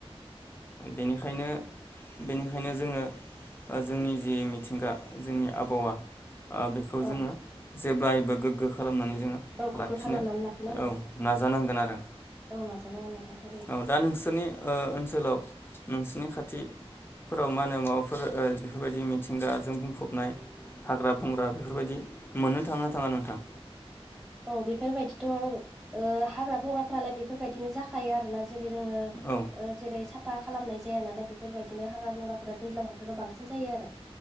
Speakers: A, on the left; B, in the centre.
A: बेनिखायनो बेनिखायनो जोङो जोंनि जि मिथिंगा जोंनि आबहावा ओ बेखौ
B: औ
A: जोङो जेब्लायबो गोग्गो खालामनानै जोङो
B: औ गोग्गो
A: लाखिनो
B: खालामनानै लाखिनांगोन
A: औ नाजानांगोन आरो
B: औ नाजानांगोन नोंथां थारैनो
A: औ दा नोंसोरनि ओ ओनसोलाव नोंसिनि खाथि फोराव मा होनो माबाफोर बेफोरबायदि मिथिंगाजों बुंफबनाय हाग्रा बंग्रा बेफोरबायदि मोननो थाङोना थाङा नोंथां
B: औ बेफोरबायदिथ' ओ हाग्रा बंग्राफ्रालाय बेफोरबायदिनो जाखायो आरोना। जेरै जोङ
A: औ
B: ओ जेरै साफा खालामनाय जाया नालाय बेफोरबायदिनो हाग्रा बंग्राफोरा दैज्लां बोथोराव बांसिन जायो आरो